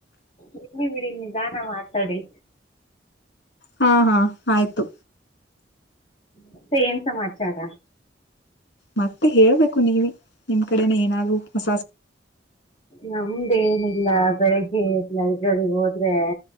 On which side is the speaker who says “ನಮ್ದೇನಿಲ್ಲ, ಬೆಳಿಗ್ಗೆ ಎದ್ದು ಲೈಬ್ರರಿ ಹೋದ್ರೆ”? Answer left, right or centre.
Left